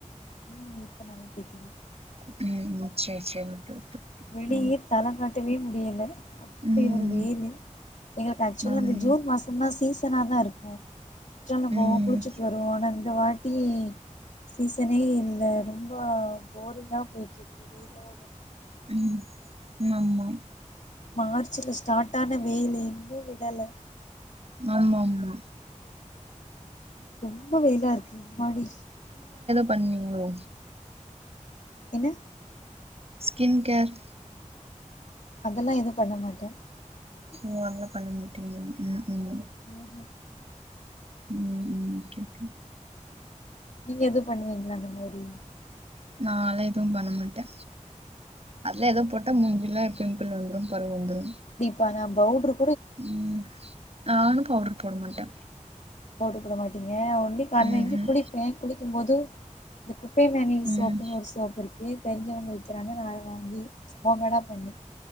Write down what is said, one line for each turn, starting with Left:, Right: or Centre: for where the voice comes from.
Left: ம் இப்ப நல்லா கேக்குது
Right: ம் சரி சரி ஓகே ஓகே
Left: வெளியே
Right: ம்
Left: தல காட் டவே முடியல அப்படி
Right: ம்
Left: ஒரு வேலை எங்களுக்கு ஆக்சுவலா
Right: ம்
Left: இந்த ஜூன் மாசோந்தா சீஸ் தனா தாருக்கூ குற்றாலோ
Right: ம்
Left: போவோ குளிச்சுட்டு வருவோ ஆனா இந்த வாட்டி சீசனே இல்ல ரொம்ப போரிங்கா வீட்டுக்கு வீரோட
Right: ம் மாம்மா
Left: மார்ச்ல ஸ்டாட்டான வெயிலு இன்னூ விடல
Right: ஆமா ஆமா
Left: ரொம்போ வெயிலாருக்கு எம்மாடி
Right: பண்ணீங்ளோ
Left: என்ன
Right: ஸ்கின் கேர்
Left: அதெல்லா எதூ பண்ண மாட்டே
Right: ஓ அத்லா பண்ணமாட்டீங்க ம் ம்
Left: ம்ஹும்
Right: உம் ம் ஓகே கே
Left: நீங்க எது பண்ணுலீங் களா இந்த மாரி
Right: நால எதுவு பண்ணமாடே அதுலா இதொ போட்டா மூஞ்சுலா பிம்பிள் வந்துரும். பருவ் வந்துரும்.
Left: பாங்க பவுட்ரு.
Right: ம் நானு பவுடர் போட மாட்டே
Left: பவுடர் போடமாட்டீங். க ஒன்லி காலஞ்சு
Right: ம்
Left: குளிப்பே குளி கும்போது தகு பைமேனி
Right: ம்
Left: சோப்புனு ஒரு சோப்புருக்கு. தெரிஞ்சவங்க விக்கிறாங்க நா அத வாங்கி <unintelligible> பண்ணி